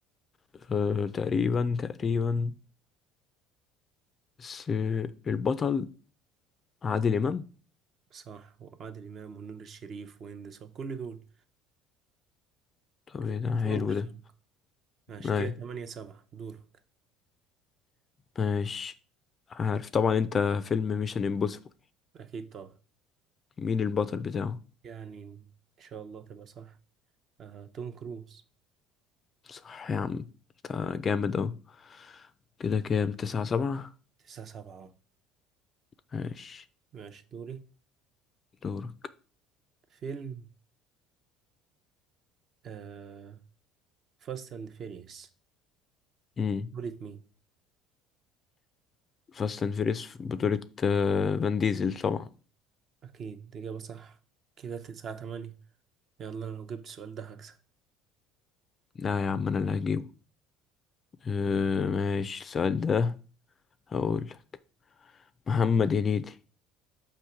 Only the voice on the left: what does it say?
آه تقريبا تقريبا بس آه، البطل عادل امام
طب
ايه ده
حلو
ده
ايوه
ماشي عارف طبعا انت فيلم ميشن امبوسيبل
مين البطل بتاعه
صح يا عم انت جامد اهو كده كام تسعة سبعة
ماشي
دورك
امم
فاست اند فيريس في بطولة آه، فان ديزل طبعا
لا يا عم انا اللي هجيبه آه، ماشي السؤال ده هقولك محمد هنيدي